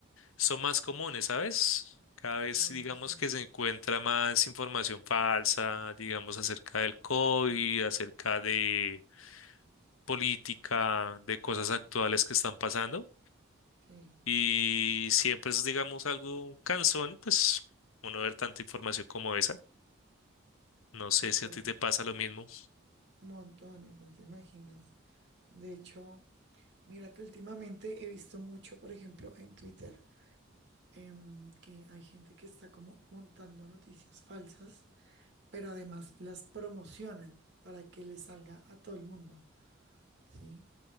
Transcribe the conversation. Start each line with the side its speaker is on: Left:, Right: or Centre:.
Left: son más comunes, ¿sabes? Cada vez
Right: Oye,
Left: digamos
Right: sí,
Left: que se encuentra más información falsa, digamos, acerca del COVID, acerca de política, de cosas actuales que están pasando.
Right: sí,
Left: Y siempre es, digamos, algo cansón, pues, uno ver tanta información como esa. No sé
Right: de acuerdo.
Left: si a ti te pasa lo mismo.
Right: Montones, no te imaginas. De hecho, mira que últimamente he visto mucho, por ejemplo, en Twitter, em, que hay gente que está como montando noticias falsas pero además las promocionan para que les salga a todo el mundo, ¿sí?